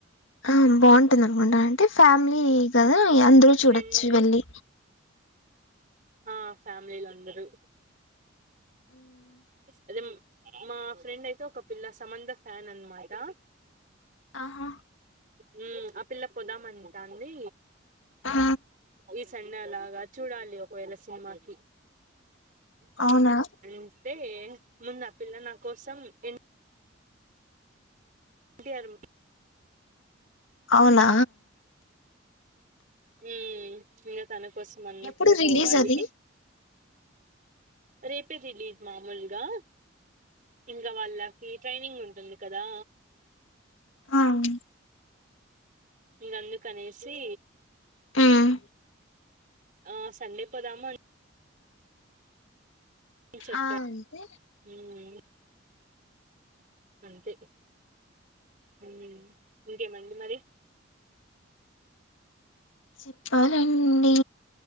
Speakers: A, on the left (about 80°); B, on the right (about 40°).
A: ఆ బాగుంటుంది అనుకుంటాను అంటే ఫ్యామిలీ కదా అందరు చూడొచ్చు
B: ఫ్రెండ్
A: వెళ్ళి
B: ఆ ఫ్యామిలీల అందరూ అదే మా ఫ్రెండ్ అయితే ఒక పిల్ల సమంత ఫ్యానన్మాట
A: ఆహా
B: మ్మ్ ఆ పిల్ల పోదామంటాంది.
A: ఆ
B: ఇస్ సండే అలాగ చూడాలి ఒకవేళ సినిమాకి
A: అవునా
B: అంటే ముందా పిల్ల నా కోసం ఎన్ ఎన్ టి ఆర్
A: అవునా
B: ఉమ్మ్ ఇంకా తన కోసం అన్నా
A: ఎప్పుడు
B: కూడా
A: రిలీజ్
B: పోవాలి.
A: అది
B: రేపే రిలీజ్ మామూల్గా ఇంగ వాళ్ళ కి ట్రైనింగ్ ఉంటుంది కదా
A: అవును.
B: ఇంగందు కనేసి
A: మ్మ్.
B: ఆ సండే పోదాము అన్ చెప్పా
A: ఆ అంతే
B: హ్మ్ అంతే హ్మ్ ఇంకేమండి మరి
A: చెప్పాలండి.